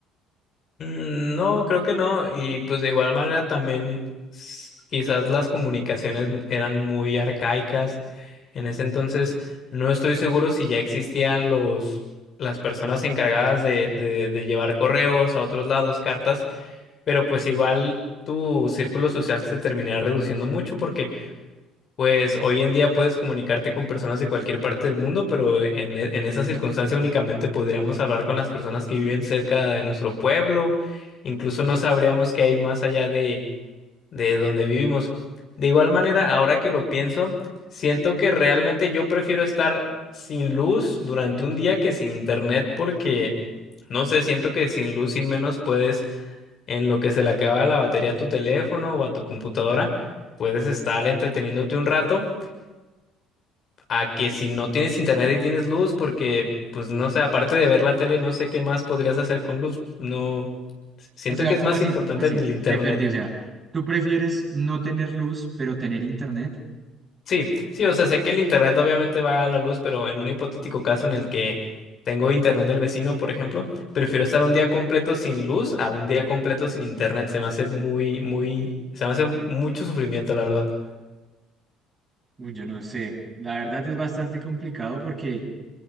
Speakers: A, on the left; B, on the right.
A: Mm, No, creo que no. Y pues de igual manera también s- quizás las comunicaciones eran muy arcaicas. En ese entonces no estoy seguro si ya existían los, las personas encargadas de, de, de llevar correos a otros lados, cartas, pero pues igual tu círculo social se terminará reduciendo mucho porque... Pues hoy en día puedes comunicarte con personas de cualquier parte del mundo, pero en, e- en esa circunstancia únicamente podríamos hablar con las personas que viven cerca de nuestro pueblo, incluso no sabríamos qué hay más allá de, de donde vivimos. De igual manera, ahora que lo pienso, siento que realmente yo prefiero estar sin luz durante un día que sin internet porque, no sé, siento que sin luz, sin menos puedes en lo que se le acaba la batería a tu teléfono o a tu computadora, puedes estar entreteniéndote un rato a que si no tienes internet y tienes luz, porque pues no sé, aparte de ver la tele, no sé qué más podrías hacer con luz. No, siento
B: O sea,
A: que es
B: ¿cómo
A: más
B: así?
A: importante
B: ¿Cómo así?
A: en el internet.
B: Me perdí. O sea, ¿tú prefieres no tener luz, pero tener internet?
A: Sí, sí, o sea, sé que el internet obviamente va a la luz, pero en un hipotético caso en el que tengo internet del vecino, por ejemplo, prefiero estar un día completo sin luz a un día completo sin internet. Se me hace muy, muy, se me hace mucho sufrimiento, la verdad.
B: Uy, yo no sé. La verdad es bastante complicado porque,